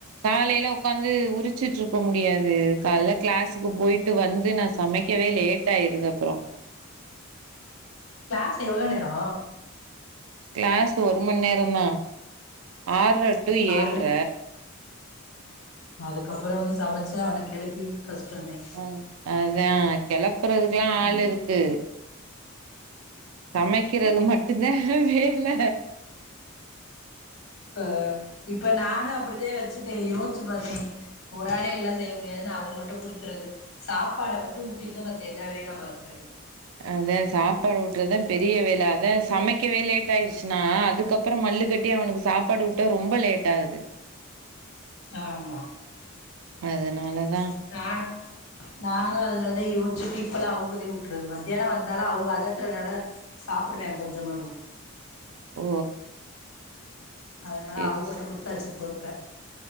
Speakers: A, on the right; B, on the left.
A: காலேல உக்காந்து உரிச்சுட்டிருக்க முடியாது காலேல கிளாஸுக்கு போயிட் ட்டு வந்து நா சமைக்கவே லேட் ஆயிருது அப்பறோ
B: கிளாஸ் எவ்ளோ நேரோ
A: கிளாஸ் ஒரு மண் நேரோந்தா ஆற்ர டூ
B: ஆறு
A: ஏழ்ர
B: அதுக்கப்பறோ வந்து சமச்சு அவன கெளப்பி கஷ்டோந்தே
A: ம் அதா கெளப்புறதுக்கெல்லா ஆள் இருக்கு சமைக்கிறது மட்டுந்தா வேல்ல
B: ப இப்ப நானு அப்டிதே வச்சுட்டே யோச்சு பாத்தே ஒரு ஆளே எல்லா செய்ய முடியாதுனு அவுங்குள்ட குடுத்துறது சாப்பாட மட்டு ஊட்டிருங்க மத்த எல்லா வேலையு நா பாத்துகறே
A: அதே சாப்பாடு ஊட்றதுதா பெரிய வேல அதே சமைக்கவே லேட் ஆயிடுச்னா அதுக் கப்பறோ மல்லு கட்டி அவனுக்கு சாப்பாடு ஊட்ட ரொம்ப லேட் ஆகுது
B: ஆம்மா
A: அதனால தா
B: <unintelligible> நானு அதனாலதா யோச்சிட்டு இப்பெல்லா அவுகதே ஊட்றது மத்யான வந்தாலு அவுக அதட்றதுனால சாப்புடுவே கொஞ்சமாது
A: ஓ
B: அதனால
A: சேரி
B: அவுங்குள்ட
A: சேரி
B: குடுத்தாச்சு பொறுப்ப